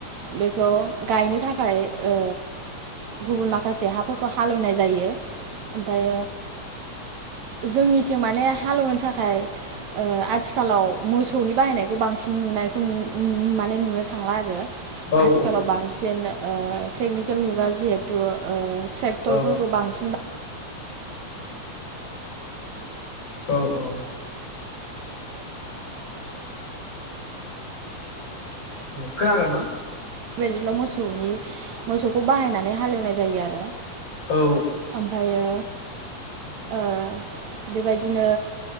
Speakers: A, on the right (about 70°); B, on the left (about 50°).
A: बे गायनो थाखाय ओ गुबुन माखासे हाफोरखौ हालेवनाय जायो। ओमफाय जोंनिथिं माने हालेवनो थाखाय ओ आथिखालाव मोसौनि बाहायनायखौ बांसिन नुनायखौ माने नुनो थांला आरो
B: औ
A: आथिखालाव बांसिन ओ टेकनिकेल मुगा जिहेथु ओ ट्रेक्टरफोरखौ
B: औ
A: बांसिन बा
B: औ औ औ खोनादों ना
A: बेबायदिल' मोसौनि मोसौखौ बाहायनानै हालेवनाय जायो आरो
B: औ
A: ओमफायो ओ बेबायदिनो